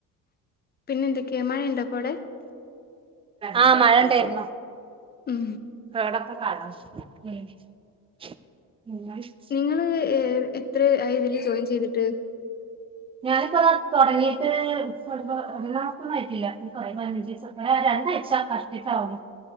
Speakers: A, on the left (about 25°); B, on the right (about 15°).
A: പിന്നെ എന്തൊക്കെ മയ ഉണ്ടോ പ്പവിടെ
B: ആഹ് മഴ ഉണ്ടായിരുന്നു
A: ഉം
B: <unintelligible>
A: നിങ്ങള് എത്ര ആഹ് ഇതില് ജോയിൻ ചെയ്തിട്ട്
B: ഞാനിപ്പ അത് തുടങ്ങിയിട്ട് രണ്ട് മാസോന്നും ആയിട്ടില്ല <unintelligible> ഒരു രണ്ടാഴ്ച കഷ്ടിട്ടാവുന്നു